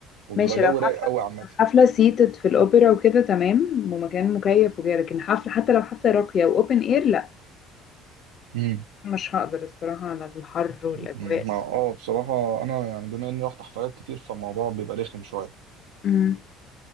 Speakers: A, on the right; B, on the left.
A: وبيبقى
B: ماشي
A: جو
B: لو حفلة
A: رايق قوي عامة
B: حفلة سيتد في الأوبرا وكده تمام ومكان مكيف وكده لكن حفلة حتى لو حفلة راقية وأوبن إير لا
A: امم
B: مش هقدر الصراحة على الحر والأجواء
A: ما اه بصراحة أنا يعني بما إني رحت حفلات كتير فالموضوع بيبقى رخم شوية
B: مم.